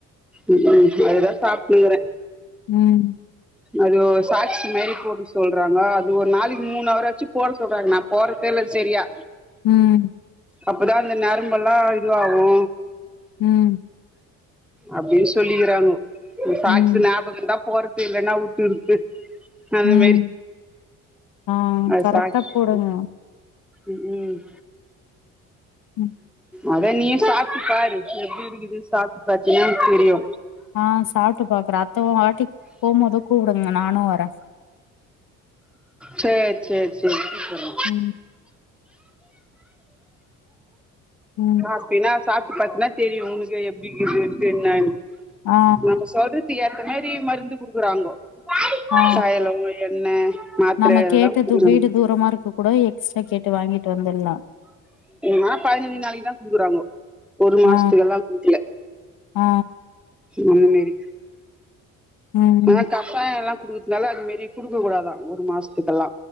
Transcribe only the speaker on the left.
ம்
ம்
ம்
ம்
ம்
ஆ
கரெக்டா
போடுங்க
ம்
ஆ சாப்ட்டு பாக்கறே அத்த வாட்டி போம்போது கூப்டுங்க நானு வரே
ம் ம்
ஆ
<inaudible> ஆ
நம்ம
கேட்டது
வீடு தூரமா இருக்க கூட எக்ஸ்ட்ரா கே ட்டு வாங்கிட்டு வந்தர்லா
ஆ
ஆ
ம்